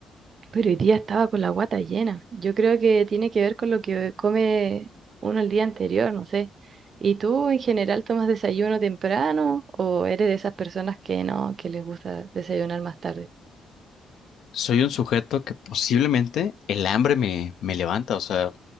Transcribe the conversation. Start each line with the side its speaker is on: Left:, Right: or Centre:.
Right: Pero hoy día estaba con la guata llena. Yo creo que tiene que ver con lo que come uno el día anterior, no sé. ¿Y tú en general tomas desayuno temprano o eres de esas personas que no, que les gusta desayunar más tarde?
Left: soy un sujeto que posiblemente el hambre me, me levanta, o sea,